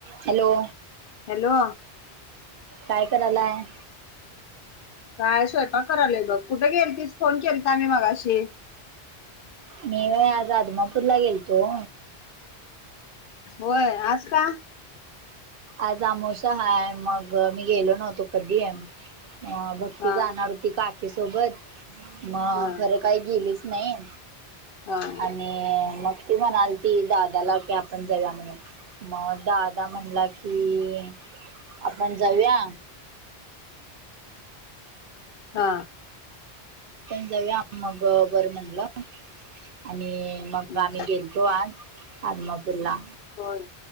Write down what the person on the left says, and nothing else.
हॅलो.
काय स्वयंपाक करालय बघ कुठे गेईल तीच फोन केल तर आम्ही मगाशी.
होय, आज का?
हा
हा
ह.
हा.
हम्म.
होय